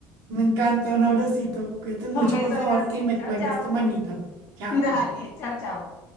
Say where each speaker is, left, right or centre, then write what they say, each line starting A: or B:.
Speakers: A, on the right (about 55°); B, on the left (about 45°).
A: Me encanta, un abracito, cuídate mucho,
B: Un beso
A: por favor,
B: grande.
A: y me
B: Chao,
A: cuentas
B: chao.
A: tu manita. Chao.
B: <laughs> Dale, chao, chao.